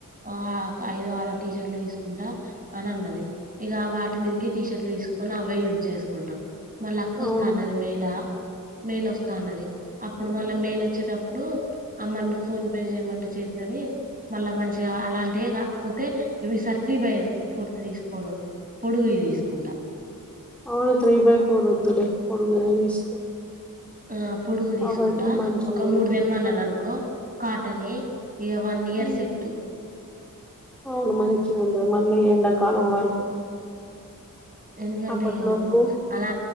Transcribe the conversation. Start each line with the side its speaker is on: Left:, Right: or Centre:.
Right: ఆ ఐదో ఆరో టీ షర్ట్లు తీసుకుంటా అని అన్నది ఇక వాటి మీదకి టీషర్ట్లు తీసుకొని ఆగ్ అవ యూజ్ చేసుకుంటాం వాళ్ళ అక్క
Centre: అవును
Right: వస్తా అన్నది మేళ మేళ వస్తా అన్నది అప్పుడు మళ్ళ మేళ వచ్చేటప్పుడు అమ్మను ఫోన్ పే చేయమంటే చెత్తది మళ్ళా మంచిగా అలాంటియే కాకపోతే ఇవి ఈసారి త్రీ బై ఫోర్త్ తీసుకోను పొడుగు తీసుకుంటా
Centre: అవును త్రీ బై ఫోర్ వదులే పొడుగనే తీసుకో
Right: ఆ పొడుగు తీసుకుంటా
Centre: అవైతేనే మంచిగా
Right: ఒక మూడు తెమ్మని అనుకో కాటనే ఇగ వన్
Centre: ఉంటాయి
Right: ఇయర్స్ సెట్టు
Centre: అవును మంచిగా ఉంద మళ్ళీ ఎండకు కాలం వరకు
Right: ఎందుకంటే
Centre: అప్పట్లోపు
Right: ఇయ్యవా అమ్మ అలా